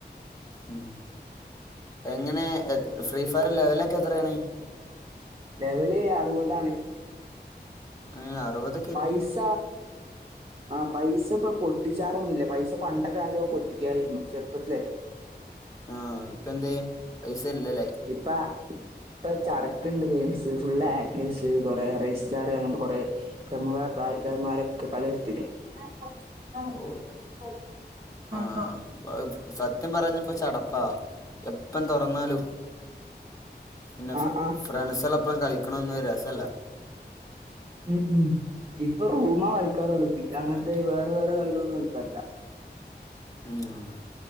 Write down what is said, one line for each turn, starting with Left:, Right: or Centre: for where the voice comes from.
Left: ഉം എങ്ങനെ എ ഫ്രീ ഫയർ ലെവലൊക്കെ എത്രയാണ്?
Right: ലെവല് അറുപതാണ്
Left: ഏഹ് അറുപത്
Right: പൈസ ആഹ് പൈസ ഇപ്പ പൊട്ടിച്ചാറൊന്ന്ല്ല പൈസ പണ്ടൊക്കെ നല്ലോം പൊട്ടിക്കായിരുന്നു ചെറ്പ്പത്തിലേ
Left: ആഹ് ഇപ്പന്തേ പൈസ ഇല്ലല്ലേ
Right: ഇപ്പ ഇപ്പ ചട്ക്ക്ണ്ട് ഗെയിംസ് ഫുള്ള് ആക്കെഴ്സ് കൊറെ റെയ്സ്റ്റാർ അങ്ങൻത്തെ കൊറെ പ്രമുഖ <unintelligible> കളി നിർത്തില്ലേ <unintelligible>
Left: ഓ ആഹ് സത്യം പറഞ്ഞാപ്പ ചടപ്പാ എപ്പം തൊറന്നാലും പിന്നെ <unintelligible>
Right: ആഹ് ആഹ്
Left: ഫ്രണ്ട്സ്ളോപ്പം കളിക്കണോന്നും ഒര് രസല്ലാ
Right: ഉം ഉം ഇപ്പ റൂമാ കളിക്കാറോള്ളൂ പി അങ്ങൻത്തെ
Left: മറ്റേ
Right: വേറെ വേറെ കളികളൊന്നും എട്ക്കാറില്ല
Left: ഉം